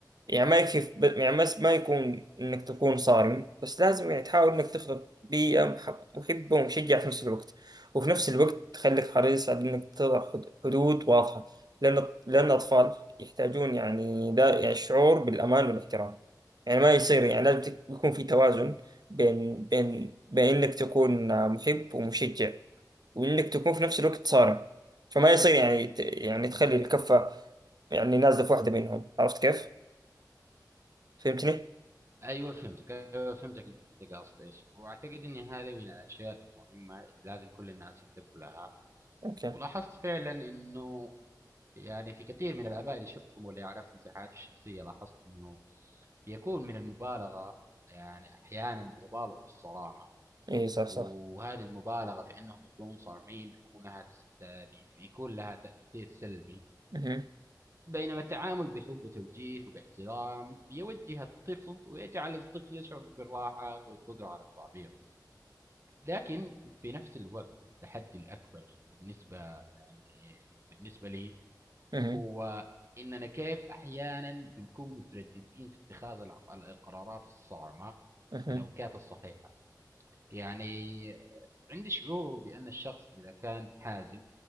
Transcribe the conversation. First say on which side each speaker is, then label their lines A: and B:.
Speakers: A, on the right; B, on the right.
A: يعني ما يكفي يعني بس ما يكون إنك تكون صارم بس لازم يعني تحاول إنك تخلق بيئة مح- محبة ومشجعة في نفس الوقت وفي نفس الوقت تخليك حريص على إنك تضع حد- حدود واضحة لأن لأن الأطفال يحتاجون يعني دا يعني شعور بالأمان والاحترام يعني ما يصير يعني لازم تك- يكون في توازن بين بين بين إنك تكون محب ومشجع وإنك تكون في نفس الوقت صارم فما يصير يعني ت- يعني تخلي الكفة يعني نازلة في واحدة منهم عرفت كيف؟ فهمتني؟
B: أيوة فهمتك أيوة فهمتك أنت قاصد إيش وأعتقد أن هذه من الأشياء المهمة اللي لازم كل الناس ينتبهوا لها
A: اوكي
B: ولاحظت فعلا أنه يعني في كثير من الآباء اللي شفتهم واللي أعرفهم في حياتي الشخصية لاحظت أنه بيكون من المبالغه يعني احيانا بيبالغوا في الصرامه
A: اي صح
B: وهذه
A: صح
B: المبالغه في انهم يكونوا صارمين بيكون لها تس... بيكون لها تاثير سلبي
A: اها
B: بينما التعامل بحب وتوجيه وباحترام بيوجه الطفل ويجعل الطفل يشعر بالراحه والقدره على التعبير لكن في نفس الوقت التحدي الاكبر بالنسبه يعني بالنسبه لي
A: اها
B: هو اننا كيف احيانا بنكون مترددين في اتخاذ الع- القرارات الصارمه
A: اها
B: في الاوقات الصحيحه يعني عندي شعور بان الشخص اذا كان حازم